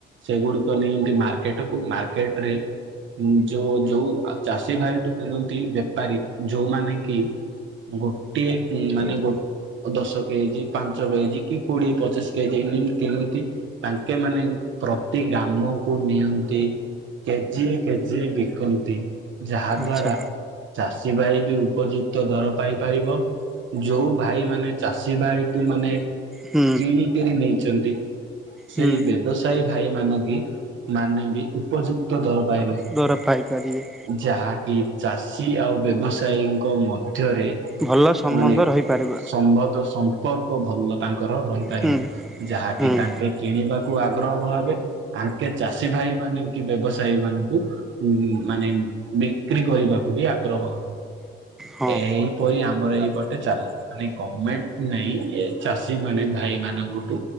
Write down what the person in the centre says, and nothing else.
ଆଚ୍ଛା
ହୁଁ
ହୁଁ
ଦରଫାଇ ପାରିବେ।
ଭଲ ସମ୍ବନ୍ଧ
ରହିପାରିବ
ହୁଁ
ହୁଁ
ହଁ